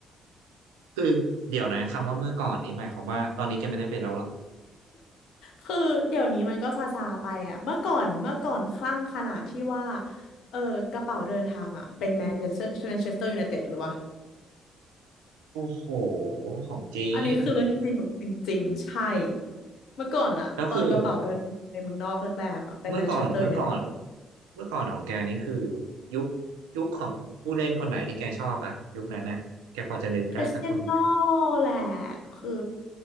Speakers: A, on the right; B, on the left.
A: คือเดี๋ยวนะคำว่าเมื่อก่อนนี้หมายความว่าตอนนี้แกไม่ได้เป็นแล้วเหรอ
B: คือเดี๋ยวนี้มันก็ซาซาไปอ่ะเมื่อก่อนเมื่อก่อนคลั่งขนาดที่ว่าเออกระเป๋าเดินทางอ่ะเป็นแมนเชสเตอร์แมนเชสเตอร์ยูไนเต็ดหรือวะ
A: โอ้โหของจริง
B: อันนี้คือเรื่องจริงแบบจริงๆใช่เมื่อก่อนอ่ะตอนกระเป๋าเดินทางไปเมืองนอกแรกๆอ่ะเป็นแมนเชสเตอร์ยูไนเต็ด
A: ก็คือเมื่อก่อนเมื่อก่อนเมื่อก่อนของแกนี่คือยุคยุคของผู้เล่นคนไหนที่แกชอบอะยุคนั้นน่ะแกพอจะนึกได้สักคนไหม
B: คริสเตียโน่แหละคือ